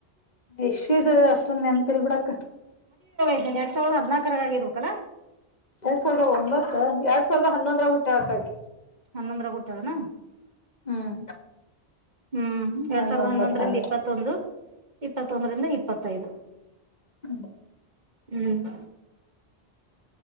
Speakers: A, on the left (about 40°); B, on the right (about 45°).
A: ಇಶ್ವಿದ ಅಷ್ಟೊಂದ ನೆನಪಿಲ್ಲಿ ಬಿಡಕ್ಕ.
B: <unintelligible> ಎರಡ್ ಸಾವಿರದ ಹದ್ನಾಲ್ಕರ ಆಗಿರಬೇಕುಲಾ.
A: ಎರಡ್ ಸಾವಿರದ ಒಂಬತ್ತು ಎರಡ್ ಸಾವಿರದ ಹನ್ನೊಂದರ ಹುಟ್ಯಾಳ ಅಅಕಿ.
B: ಹನ್ನೊಂದ್ರಲ್ ಹುಟ್ಟಾಳೇನಾ.
A: ಹ್ಮ್
B: ಹ್ಮ್ ಎರಡ್
A: ನಾನು
B: ಸಾವಿರದ
A: ಒಂಬತ್ತರಾಗ
B: ಹನ್ನೊಂದರಿಂದ ಇಪ್ಪತ್ತೊಂದು ಇಪ್ಪತ್ತೊಂದರಿಂದ ಇಪ್ಪತ್ತೈದು.
A: ಹ್ಮ
B: ಹ್ಮ್